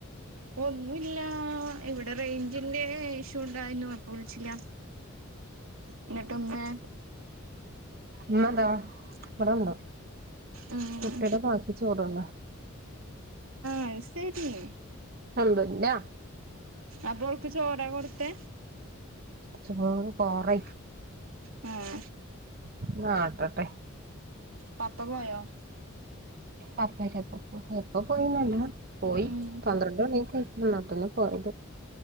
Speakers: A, on the right; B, on the right.
A: ഒന്നൂല്ല ഇവിടെ റേഞ്ചിന്റെ ഇഷ്യൂ ഉണ്ടായിനു അപ്പൊ വിളിച്ചില്ല എന്നട്ട് മ്മേ
B: മ്മ താ ഇവിടെണ്ട്
A: ഉം
B: കുട്ടിടെ ബാക്കി ചോറ്ന്നാ
A: പൈസ കിട്ടിയില്ലേ
B: അന്ദുന്ന
A: അപ്പോൾക്ക് ചോറാ കൊടുത്തെ
B: ചോറ് കൊറേ
A: ഉം
B: എന്നാ ആട്ടട്ടെ
A: പപ്പ പോയോ
B: പപ്പയൊക്കെ എപ്പോ പോ എപ്പൊ പോയിന്നറീല്ല പോയി
A: ഉം
B: പന്ത്രണ്ട് മണിയൊക്കെ ആയി എന്നാപിന്നെ പോയത്